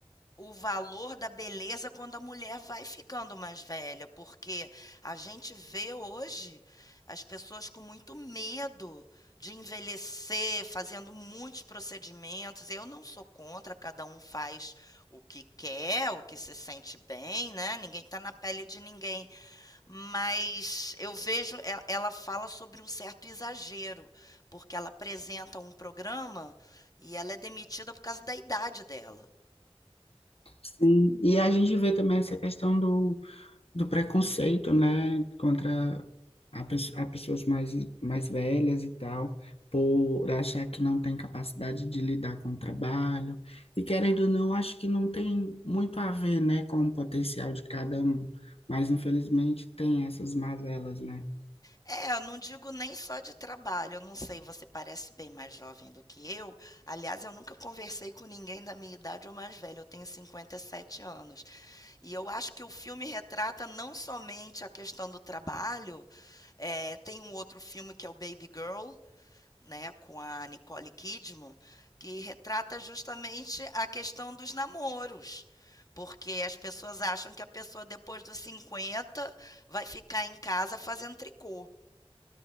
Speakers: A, on the left; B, on the left.
A: o valor da beleza quando a mulher vai ficando mais velha, porque a gente vê hoje as pessoas com muito medo de envelhecer, fazendo muitos procedimentos. Eu não sou contra, cada um faz o que quer, o que se sente bem, né? Ninguém está na pele de ninguém mas eu vejo e- ela fala sobre um certo exagero, porque ela apresenta um programa e ela é demitida por causa da idade dela.
B: Sim, e a gente vê também essa questão do do preconceito, né, contra a, pes- a pessoas mais, mais velhas e tal, por achar que não tem capacidade de lidar com o trabalho. E querendo ou não, acho que não tem muito a ver, né, com o potencial de cada um, mas infelizmente tem essas mazelas, né?
A: É, eu não digo nem só de trabalho, eu não sei, você parece bem mais jovem do que eu. Aliás, eu nunca conversei com ninguém da minha idade ou mais velho, eu tenho 57 anos. E eu acho que o filme retrata não somente a questão do trabalho, é, tem um outro filme que é o Baby Girl, né, com a Nicole Kidman, que retrata justamente a questão dos namoros. Porque as pessoas acham que a pessoa depois dos 50 vai ficar em casa fazendo tricô.